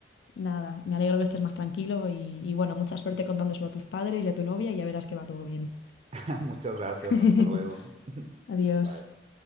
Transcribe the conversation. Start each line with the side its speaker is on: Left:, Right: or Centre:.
Left: Nada, me alegro que estés más tranquilo y, y bueno, mucha suerte contándoselo a tus padres y a tu novia y ya verás que va todo bien.
Right: <laughs> Muchas gracias.
Left: <laughs>
Right: Hasta luego. <laughs>
Left: Adiós.
Right: Bye.